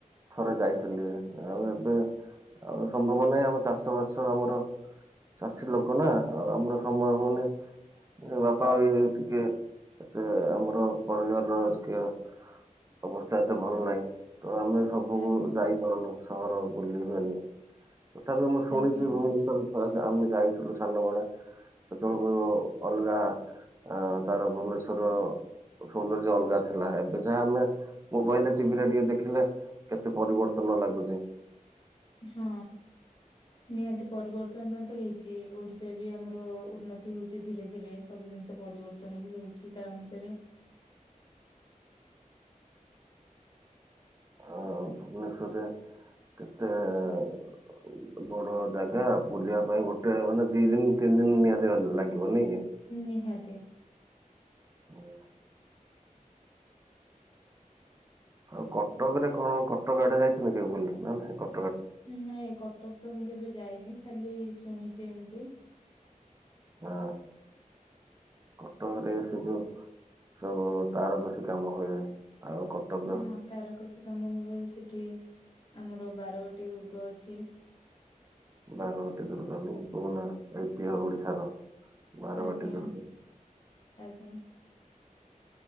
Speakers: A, on the right (about 20°); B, on the left (about 40°).
A: ଥରେ ଯାଇଥିଲି ଆଉ ଏବେ ଆଉ ସମ୍ଭବ ନାହିଁ ଆମ ଚାଷ ବାସ ଆମର ଚାଷୀ ଲୋକ ନା ଆଉ ଆମର ସମୟ ହଉନି। ଉ ବାପା ବି ଟିକେ ଏତେ ଆଉ ଆମର ପରିବାରର ଆଜିକିଆ ଅବସ୍ଥା ଏତେ ଭଲ ନାଇଁ। ତ ଆମେ ସବୁକୁ
B: ଆଜ୍ଞା
A: ଯାଇପାରୁନୁ ସହର ବୁଲିବାଲି। ତଥାପି ମୁଁ ଶୁଣିଚି
B: ଆଜ୍ଞା ଆଜ୍ଞା
A: ଭୁବନେଶ୍ୱର ଚ ଆମେ ଯାଇଥିଲୁ ସାନବେଳେ ସେତେବେଳକୁ ଅଲଗା ଅଁ ତାର ଭୁବନେଶ୍ୱ ର ସୌନ୍ଦର୍ଯ୍ୟ ଅଲଗା ଥିଲା ଏବେ ଯାହା ଆମେ ମୋବାଇଲରେ ଟିଭିରେ ଟିକେ ଦେଖିଲେ କେତେ ପରିବ ର୍ତ୍ତନ ଲାଗୁଚି।
B: ହଁ ନିହାତି ପରିବର୍ତ୍ତନ ତ ହେଇଛି ଓଡ଼ିଶା ବି ଆମର ଉନ୍ନତି ହଉଛି ଧୀରେ ଧୀରେ ସବୁ ଜିନିଷ ପରିବର୍ତ୍ତନ ବି ହଉଛି ତା ଅନୁସାରେ।
A: ଆ, ଭୁବନେଶ୍ୱରରେ କେତେ ବଡ ଜାଗା ବୁଲିଆ ପାଇଁ ଗୋଟେ ମାନେ ଦି ଦିନି ତି ଦିନ ନିହାତି ଆ ଲାଗିବ ନାଇଁ କି?
B: ନିହାତି।
A: ହୁଁ। ଆଉ କଟକ ରେ କଣ କଟକ ଆଡେ ଯାଇଛନ୍ତି କେବେ ବୁଲି ନା ନାହିଁ କ
B: ନାଇଁ କଟକ ତ ମୁଁ କେବେ ଯାଇନି ଖାଲି ଶୁଣିଛି ଏମିତି।
A: ହଁ କଟକରେ ସେ
B: ଆଜ୍ଞା
A: ଯୋଉ ସବୁ ତାରକସି କାମ ହୁଏ। ଆଉ କଟକର
B: ହଁ ତାରକସି କାମ ହୁଏ ସେଠି ଆମର ବାରବାଟୀ ଦୁର୍ଗ ଅଛି।
A: ବାରବାଟୀ ଦୁର୍ଗ <unintelligible> ପୁରୁଣା ଐତିହ ଓଡିଶାର। ବାରବାଟୀ
B: ଆଜ୍ଞା
A: ଦୁର୍ଗ
B: ଆଜ୍ଞା।